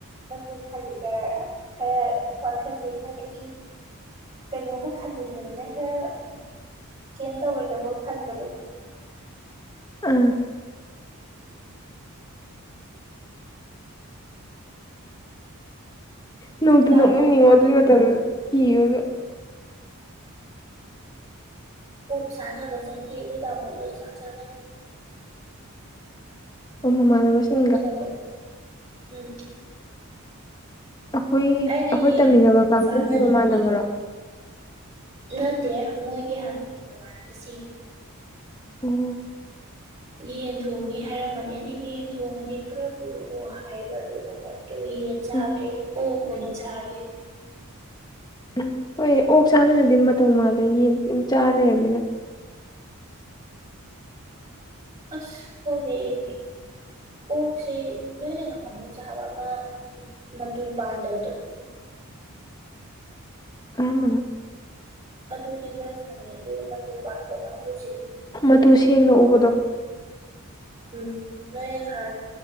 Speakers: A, on the right; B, on the left.
A: ꯈꯕꯨ ꯈꯜꯂꯤꯒ ꯈꯔꯦ ꯋꯥꯈꯁꯤ ꯈꯔ ꯏ ꯀꯩꯅꯣꯝꯃ ꯈꯟꯖꯤꯟꯕꯅꯤꯅ ꯈꯔ ꯀꯩ ꯇꯧꯔꯣꯏꯗꯕꯣ ꯈꯟꯕꯗꯣ
B: ꯑꯥ ꯅꯣꯡꯇꯤ ꯅꯣꯛꯃꯤꯅꯤꯡꯉꯣ
A: ꯇꯥꯃꯣ
B: ꯑꯗꯨꯒꯤ ꯃꯇꯝꯗ ꯀꯤꯕꯒ
A: ꯎꯐ ꯁꯥꯟꯅꯕꯁꯈꯤ ꯇꯃꯣꯗꯨꯣ ꯆ ꯆ
B: ꯎ ꯃꯃꯥꯟꯅꯕꯁꯤꯡꯒ
A: ꯑꯣꯛ ꯊꯣꯡꯕ ꯎꯝ
B: ꯑꯩꯈꯣꯏ
A: ꯑꯩꯅ
B: ꯑꯩꯈꯣꯏ
A: ꯌꯦꯟ
B: ꯇꯝꯃꯤꯟꯅꯕ
A: ꯊꯣꯡꯕꯗꯣ
B: ꯀꯥꯡꯈꯣꯡꯒꯤ
A: ꯆꯥꯅꯔꯗꯤ
B: ꯃꯃꯥꯟꯅꯕꯔꯣ
A: ꯅꯠꯇꯦ ꯃꯣꯏꯒꯤ ꯍꯥꯟꯅꯒꯤ ꯃꯃꯥꯟꯅꯕꯁꯤꯡ
B: ꯎꯝ
A: ꯌꯦꯟ ꯊꯣꯡꯅꯤ ꯍꯥꯏꯔꯝꯕꯅꯦꯅ ꯌꯦꯟ ꯊꯣꯡꯉꯗꯤ ꯈꯔ ꯄꯨꯔꯛꯑꯣ ꯍꯥꯏꯕꯗꯨ ꯌꯦ ꯆꯥꯗꯦ
B: ꯎꯝ
A: ꯑꯣ ꯍꯅ ꯆꯥꯔꯤ
B: ꯎꯝ ꯍꯣꯏ ꯑꯣꯛ ꯆꯥꯕꯅꯗꯤ ꯃꯇꯧ ꯃꯥꯜꯂꯦ ꯌꯦꯟ ꯑꯗꯨꯝ ꯆꯥ ꯂꯩꯔꯅꯤꯅ
A: ꯑꯁ ꯍ ꯂꯩꯗꯤ ꯑꯣꯛꯁꯤ ꯅꯣꯏꯅ ꯉꯥꯏꯍꯥꯛꯃꯨꯛ ꯆꯥꯕ ꯑꯃ ꯃꯇꯨ ꯄꯥꯟꯗꯕꯗꯣ
B: ꯀꯃꯅꯦ
A: ꯑꯗꯨꯗꯤꯒ꯭ꯔ ꯆꯅꯤ ꯑꯗꯨꯒ ꯃ ꯄꯥꯟꯕꯒꯝꯕꯁꯤ
B: ꯃꯇꯨ ꯁꯦꯡꯅ ꯎꯕꯗꯣ
A: ꯎꯝ ꯅꯣꯏ ꯅꯍꯥꯟ